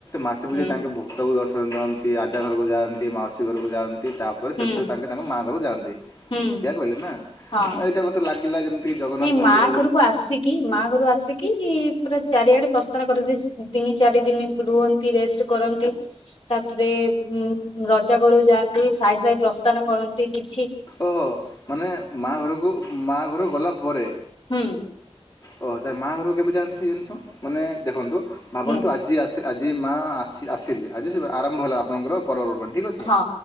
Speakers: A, on the left; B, on the left.
A: ମାସେ ପୂଜାଇ
B: ହୁଁ
A: ତାଙ୍କେ ଭକ୍ତକୁ ଦର୍ଶନ ଦିଅନ୍ତି ଆଦା ଘର କୁ ଯାଆନ୍ତି ମାଉସୀ ଘରକୁ ଯାଆନ୍ତି ତାପରେ ଶେଷରେ
B: ହୁଁ
A: ତାଙ୍କ ତାଙ୍କ ମାଁ ଆ ଘରକୁ ଯାଆନ୍ତି।
B: ହୁଁ
A: ସେଇଆ କହିଲେ ନା
B: ହଁ
A: ଏଇଟା ମତେ ଲାଗିଲା ଯେମିତି ଜଗନ୍ନାଥ
B: ନାଇଁ
A: ମନ୍ଦିର
B: ମାଁ ଘରକୁ ଆସିକି ମାଁ ଘରୁ ଆସିକି ପୁରା ଚାରିଆଡ଼େ ପ୍ରଶ ତିନି ଚାରି ଦିନ ରୁହନ୍ତି ରେଷ୍ଟ କରନ୍ତି ତାପରେ ରଜା ଘରୁ ଯାଆନ୍ତି ସାହି ସାଇ ପ୍ରସ୍ଥାନ କରନ୍ତି କି
A: ଓହୋ ମାନେ ମାଁ ଘରକୁ ମାଁ ଘରୁ ଗଲା ପରେ।
B: ହୁଁ
A: ଓହୋ ତାହେଲେ ମାଁ ଘରକୁ କେବେ ଯାଆନ୍ତି ସେ ଜିନିଷ ମାନେ ଦେଖନ୍ତୁ ଭାବନ୍ତୁ
B: ହୁଁ
A: ଆଜି ଆସି ଆଜି ମା ଅସି-ଆସିଲେ ଆଜି ଆରମ୍ଭ ହେଲା ଆପଣଙ୍କର ପର୍ବ ପର୍ବାଣୀ। ଠିକ୍ ଅଛି
B: ହଁ